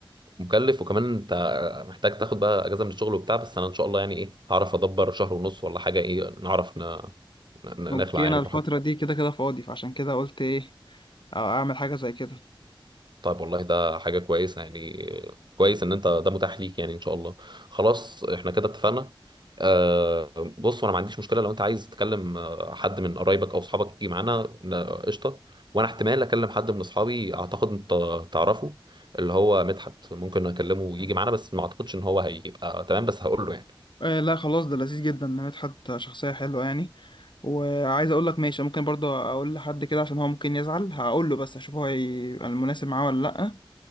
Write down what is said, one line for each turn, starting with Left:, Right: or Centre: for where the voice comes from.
Right: مكلف وكمان انت محتاج تاخد بقى اجازه من الشغل وبتاع بس انا ان شاء الله يعني ايه هعرف ادبر شهر ونص ولا حاجه ايه نعرف ن... ن-
Left: اوكي
Right: نخلع
Left: انا
Right: يعني
Left: الفترة
Right: براحتنا
Left: دي كده كده فاضي فعشان كده قلت ايه او اعمل حاجه زي كده
Right: طيب والله ده حاجه كويسه يعني كويس ان انت ده متاح ليك يعني ان شاء الله خلاص احنا كده اتفقنا أه بص انا ما عنديش مشكله لو انت عايز تكلم آه، حد من قرايبك او اصحابك يجي معانا ن- قشطه وانا احتمال اكلم حد من اصحابي اعتقد انت تعرفه اللي هو مدحت ممكن اكلمه يجي معانا بس ما اعتقدش ان هو هيبقى تمام بس هقول له يعني
Left: آه لا خلاص ده لذيذ جدا إن مدحت شخصيه حلوه يعني وعايز اقول لك ماشي ممكن برضه اقول لحد كده عشان هو ممكن يزعل هقول له بس اشوف هو هيبقى المناسب معاه ولا لا